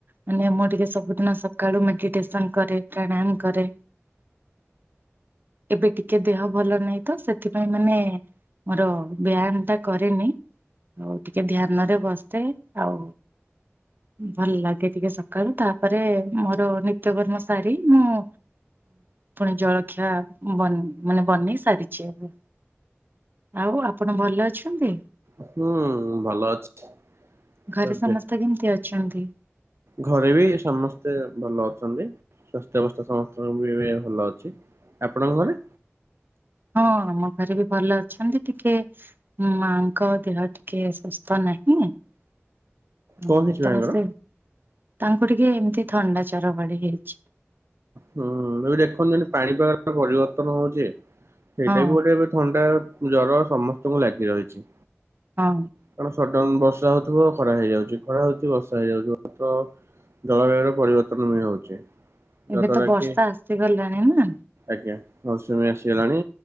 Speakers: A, on the right; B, on the right.
A: ମାନେ ମୁଁ ଟିକେ ସବୁଦିନ ସକାଳୁ ମେଡିଟେସନ କରେ ପ୍ରଣାୟାମ କରେ। ଏବେ ଟିକେ ଦେହ ଭଲ ନାହିଁ ତ ସେଥିପାଇଁ ମାନେ ମୋର ବ୍ୟାୟାମ ଟା କରେନି ଆଉ ଟିକେ ଧ୍ୟାନ ରେ ବସ ଥାଏ ଆଉ ଭଲ ଲାଗେ ଟିକେ ସକାଳୁ ତାପରେ ମୋର ନିତ୍ୟକର୍ମ ଶାରୀ ମୁଁ ପୁଣି ଜଳଖିଆ ବ ମାନେ ବନେଇ ସାରିଛି ଏବେ। ଆଉ ଆପଣ ଭଲ ଅଛନ୍ତି?
B: ହୁଁ ଭଲ ଅଛି।
A: ଘରେ
B: ତ ଏବେ
A: ସମସ୍ତେ କେମିତି ଅଛନ୍ତି?
B: ଘରେ ବି ସମସ୍ତେ ଭଲ ଅଛନ୍ତି। ସ୍ୱାସ୍ଥ୍ୟ ଅବସ୍ଥା ସମସ୍ତଙ୍କ ବି ଭଲ ଅଛି। ଆପଣଙ୍କ ଘରେ?
A: ହଁ ଆମ ଘରେ ବି ଭଲ ଅଛନ୍ତି ଟିକେ ମାଙ୍କ ଦେହ ଟିକେ ସୁସ୍ଥ ନାହିଁ। ନାହିଁ
B: କଣ ହେଇଛି ମାଙ୍କର?
A: ତ ସେ ତାଙ୍କୁ ଟିକେ ଏମିତି ଥଣ୍ଡା ଜର ଭଳି ହେଇଛି।
B: ହୁଁ ଏବେ ଦେଖନ୍ତୁ ପାଣିପାଗ ର ପରିବର୍ତ୍ତନ ହଉଛି। ସେଇଟା
A: ହଁ
B: ବି ଗୋଟେ ଏବେ ଥଣ୍ଡା ଜର ସମସ୍ତଙ୍କୁ ଲାଗି ରହିଛି।
A: ହଁ।
B: କାରଣ ବର୍ଷା ହଉଥିବ ଖରା ହେଇଯାଉଛି ଖରା ହଉଛି ବର୍ଷା ହେଇଯାଉଥିବ ତ ଜଳବାୟୁ ର ପରିବର୍ତ୍ତନ ବି ହଉଛି। ଯାହାଦ୍ୱାରା
A: ଏବେ ତ ବର୍ଷା
B: କି
A: ଆସିଗଲାଣି ନା
B: ଆଜ୍ଞା ମୌସୁମୀ ଆସେ ଗଲାଣି